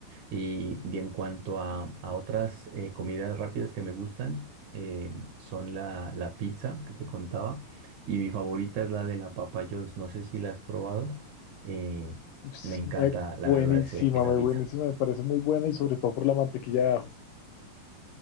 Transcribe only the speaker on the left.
Ps,
me-
buenísima,
me
buenísima, me parece muy buena y sobre todo por la mantequilla de ajo.